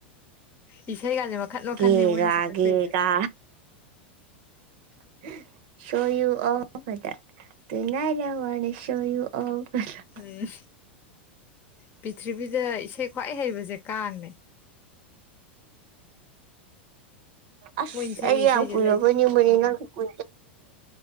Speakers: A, on the left (about 35°); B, on the right (about 60°).
A: <unintelligible>
B: ꯒꯦ
A: ꯃꯣꯏꯅ
B: ꯒꯥ
A: ꯁꯛꯂꯛꯇꯣꯏꯁꯦ
B: ꯒꯦ ꯒꯥ <unintelligible> <unintelligible>
A: ꯎꯝ ꯄ꯭ꯔꯤꯊꯤꯕꯤꯗ ꯏꯁꯩ ꯈ꯭ꯋꯥꯏ ꯍꯩꯕꯁꯦ ꯀꯥꯡꯅꯦ
B: ꯑꯁ
A: ꯃꯣꯏꯅ ꯁꯛꯏ
B: ꯑꯩ
A: ꯏꯁꯩꯁꯦ
B: ꯌꯥꯝ ꯀꯨꯏꯔꯕꯣꯏ
A: ꯂꯩ
B: ꯅꯤꯡ ꯃꯔꯤꯅꯥꯀꯤ ꯍ